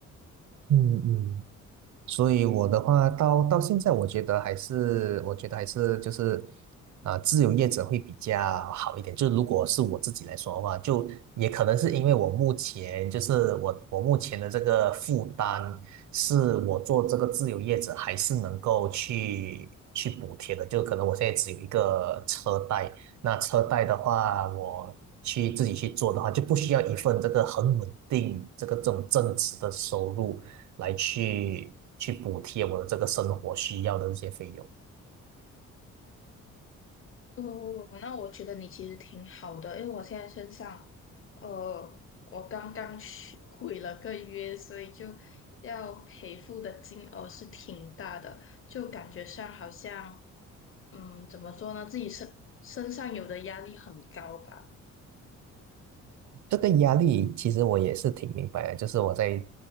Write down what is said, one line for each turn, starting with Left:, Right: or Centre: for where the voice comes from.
Right: 嗯嗯，所以我的话，到到现在，我觉得还是，我觉得还是就是，啊、自由业者会比较好一点。就如果是我自己来说的话，就也可能是因为我目前就是我我目前的这个负担，是我做这个自由业者还是能够去去补贴的。就可能我现在只有一个车贷，那车贷的话，我去自己去做的话，就不需要一份这个很稳定这个这种正职的收入。来去去补贴我的这个生活需要的这些费用。
Left: 哦，那我觉得你其实挺好的，因为我现在身上，呃，我刚刚去毁了个约，所以就要赔付的金额是挺大的，就感觉上好像，嗯，怎么说呢，自己身身上有的压力很高吧。
Right: 这个压力其实我也是挺明白的，就是我在